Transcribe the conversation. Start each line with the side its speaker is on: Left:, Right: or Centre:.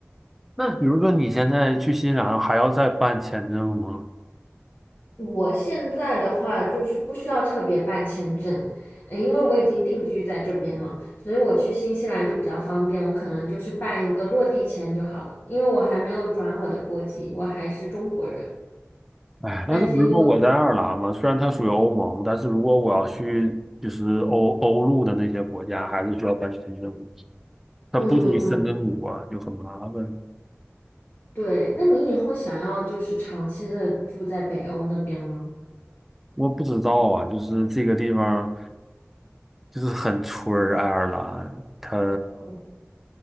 Centre: 那比如说你现在去新西兰还要再办签证吗？
Left: 我现在的话就是不需要特别办签证，呃因为我已经定居在这边嘛，所以我去新西兰就比较方便，我可能就是办一个落地签就好了，因为我还没有转我的国籍，我还是中国人。
Centre: 哎，
Left: 但是因为，
Centre: 但是比如说我在爱尔兰嘛，虽然它属于欧盟，但是如果我要去就是欧欧陆的那些国家，还是需要办签证，它不属于申根国啊，
Left: 嗯嗯嗯，
Centre: 就很麻烦。
Left: 对，那你以后想要就是长期的住在北欧那边吗？
Centre: 我不知道啊，就是这个地方就是很村儿，爱尔兰它。
Left: 哦